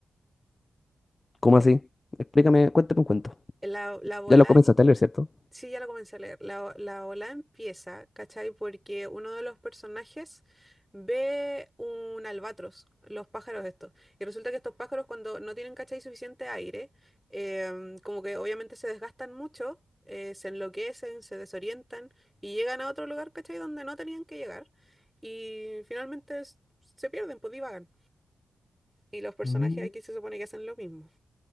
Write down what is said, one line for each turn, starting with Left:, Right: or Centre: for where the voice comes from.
Left: ¿cómo
Centre: Es-
Left: así? Explícame, cuéntame un cuento.
Centre: La, la bola
Left: Ya lo comenzaste a leer, ¿cierto?
Centre: Sí, ya la comencé a leer. La, la ola empieza, ¿cachai? Porque uno de los personajes ve un albatros, los pájaros estos. Y resulta que estos pájaros cuando no tienen, ¿cachai? Suficiente aire, em, como que obviamente se desgastan mucho, eh, se enloquecen, se desorientan y llegan a otro lugar, ¿cachai? Donde no tenían que llegar. Y finalmente s- se pierden, pues divagan. Y los personajes
Left: Mm,
Centre: aquí se supone que hacen lo mismo.